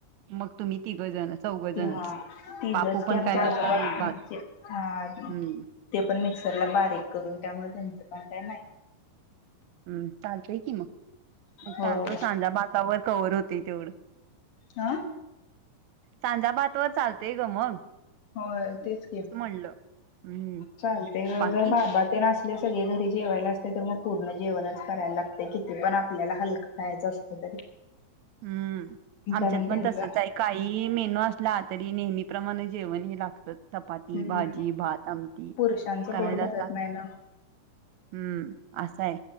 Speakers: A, on the right; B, on the left.
A: मग तुम्ही तिघ जण चौघ जणच
B: हां तिघच
A: बापू पण
B: की आमचे
A: काय नुसता
B: आजोबा
A: दूध
B: पण
A: भात
B: म्हणजे हा
A: हम्म
B: ते पण मिक्सरला बारीक करून, त्यामुळं त्यांचं पण काय नाही.
A: हम्म. चालतोय कि मग. मग
B: होय
A: चालतो सांजा भातावर कवर होते तेवढं.
B: हा
A: सांजा भात व चालतय गं मग.
B: होय तेच कि
A: म्हणलं हम्म
B: चालते गं
A: बाकी
B: जर बाबा ते न असं आपले सगळे घरी जेवायला असते तर मग पूर्ण जेवणच करायला लागते किती पण आपल्याला हलकं खयचं असल तरी.
A: हम्म, आमच्यात
B: कारण
A: पण
B: त्यांचा
A: तसच आहे काही मेनू असला तरी नेहमी प्रमाणे जेवण हे लागतच. चपाती
B: हम्म
A: भाजी भात आमटी
B: पुरुषांचं
A: करायलाच
B: पोट भरत
A: लागते.
B: नाही ना
A: हम्म असा आहे.